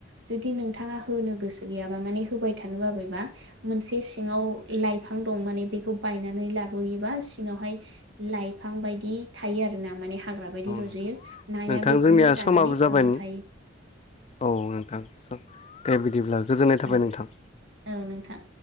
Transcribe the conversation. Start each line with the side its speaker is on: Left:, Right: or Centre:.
Right: जुदि नोंथाङा होनो गोसो गैयाबा माने होबाय थानो बाबायबा मोनसे सिङाव लाइफां दं माने बेखौ बायनानै लाबोयोबा सिङावहाय लाइफां बायदि थायो आरोना माने हाग्रा बायदि रज'यो
Left: नोंथां
Right: नाया
Left: नोंथां
Right: बेखौनो
Left: जोंनिया
Right: जानानै
Left: समाबो जाबाय
Right: थांनानै थायो।
Left: औ नोंथां स' दे बिदिब्ला गोजोननाय
Right: औ
Left: थाबाय नोंथां।
Right: औ नोंथां।